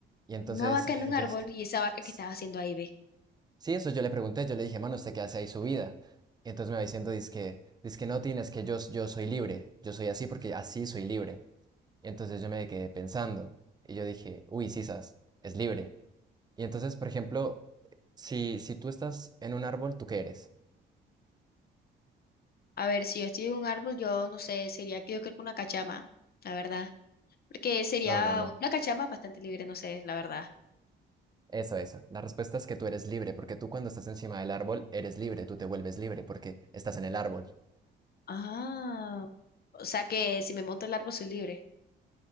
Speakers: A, on the right (about 20°); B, on the left (about 50°).
A: Y entonces,
B: una vaca en un
A: entonces,
B: árbol y esa vaca
A: s-
B: que estaba haciendo ahí, ve.
A: sí, eso yo le pregunté. Yo le dije, mano, ¿usted qué hace ahí su vida? Y entonces me va diciendo, dizque, dizque no, Tin, es que yo, s- yo soy libre. Yo soy así porque así soy libre. Y entonces yo me quedé pensando. Y yo dije, uy, sisas, es libre. Y entonces, por ejemplo, si, si tú estás en un árbol, ¿tú qué eres?
B: A ver, si yo estoy en un árbol, yo no sé, sería que yo creo que una cachama, la verdad. Porque sería
A: No, no, no.
B: una cachama bastante libre, no sé, la verdad.
A: Eso, eso. La respuesta es que tú eres libre, porque tú cuando estás encima del árbol eres libre, tú te vuelves libre porque estás en el árbol.
B: Ah, o sea que si me monto el árbol soy libre.